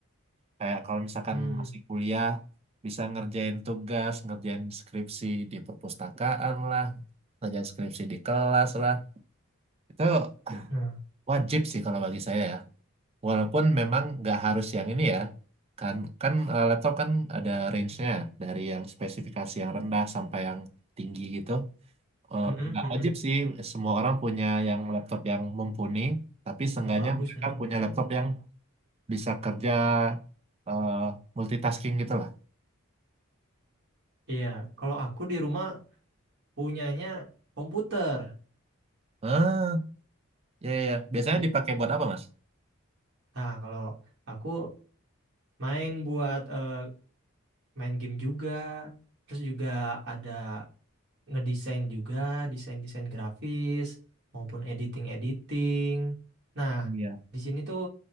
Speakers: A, on the right; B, on the right.
A: Kayak kalau misalkan
B: Hmm,
A: masih kuliah, bisa ngerjain tugas, ngerjain skripsi di perpustakaan lah, ngerjain skripsi di kelas lah. Itu ah,
B: nah,
A: wajib sih kalau bagi saya ya. Walaupun memang nggak harus yang ini ya, kan kan eh, laptop kan ada range-nya dari yang spesifikasi yang rendah sampai yang tinggi gitu. Eh,
B: mm-mm,
A: Nggak
B: mm-mm,
A: wajib sih semua orang punya yang laptop yang mumpuni, tapi seenggaknya
B: yang bagus.
A: mereka
B: mm.
A: punya laptop yang bisa kerja eh, multitasking gitu lah.
B: Iya, kalau aku di rumah punyanya komputer.
A: Ah, ya ya. Biasanya
B: Jadi
A: dipakai buat apa, Mas?
B: Nah, kalau aku main buat eh, main game juga, terus juga ada ngedesain juga, desain-desain grafis maupun editing-editing. Nah,
A: Iya.
B: di sini tuh